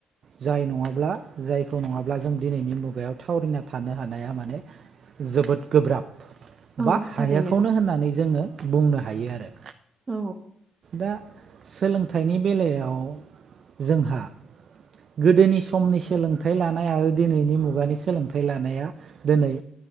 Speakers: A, on the right; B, on the right.
A: जाय नङाब्ला जायखौ नङाब्ला जों दिनैनि मुगायाव थावरिना थानो हानाया माने जोबोद गोब्राब
B: औ
A: बा हायाखौनो
B: थारैनो
A: होननानै जोङो बुंनो हायो आरो
B: औ
A: दा सोलोंथाइनि बेलायाव जोंहा गोदोनि समनि सोलोंथाइ लानाय आरो दिनैनि मुगानि सोलोंथाइ लानाया दिनै